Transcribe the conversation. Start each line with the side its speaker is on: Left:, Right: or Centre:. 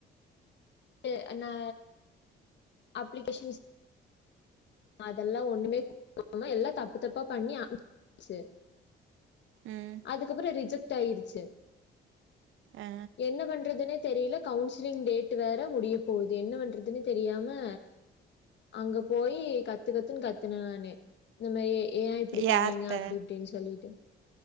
Left: எ அண்ணா அப்ளிகேஷன்ஸ் அதெல்லா ஒன்னுமே <inaudible> காம எல்லா தப்பு தப்பா பண்ணி அ <inaudible> ச்சு
Right: ம்
Left: அதுக்கப்பற ரிஜெக்ட் ஆயிருச்சு
Right: அ
Left: என்ன பண்றதுனே தெரியல கவுன்சிலிங் டேட் வேற முடிய போகுது என்ன பண்றதுன்னு தெரியாம அங்க போயி கத்து கத்துன்னு கத்து நானு இந்த மாரி ஏ இப்டி
Right: யார்ட்ட
Left: பண்ணீங்க அப்டி இப்டின் சொல்லிட்டு